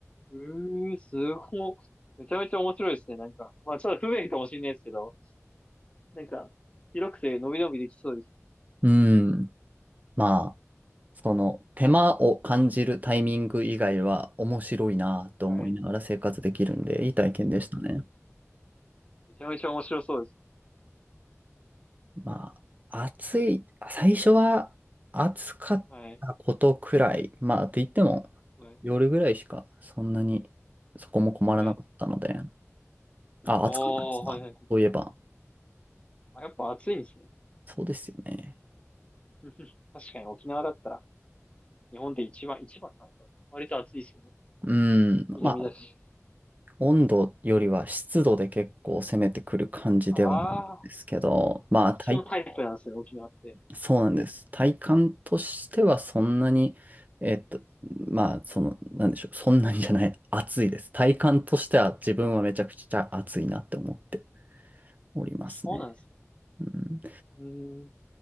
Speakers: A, on the left; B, on the right.
A: うー、すご。めちゃめちゃ面白いですね、なんか。まあ、ちょっと不便かもしれないですけど、なんか、広くて伸び伸びできそうです。
B: うん。まあその手間を感じるタイミング以外は面白いなと思いながら生活できるんで、
A: はい。
B: いい体験でしたね。
A: めちゃめちゃ面白そうです。
B: まあ、暑い、最初は暑かったことくらい、
A: はい。
B: まあ、って言っても
A: はい。
B: 夜ぐらいしかそんなにそこも困らなかったので、
A: はい。
B: あ、
A: おー、
B: 暑かったですかそういえば。
A: はいはいはい。あ、やっぱ暑いんですね。
B: そうですよね。
A: <laughs> 確かに沖縄だったら、日本で一番、一番なのかな。割と暑いですもんね。
B: うん、
A: 南だし。
B: まあ、温度よりは湿度で結構攻めてくる感じではあるんですけど、
A: ああ、
B: まあ、
A: そっちのタイプなんですね、
B: 体
A: 沖縄って。
B: そうなんです。体感としてはそんなに、えっと、まあ、その、なんでしょう、そんなにじゃない、<laughs> 暑いです。体感としては自分はめちゃくちゃ暑いなって思っておりますね。
A: そうなんですね。
B: うん、
A: うーん。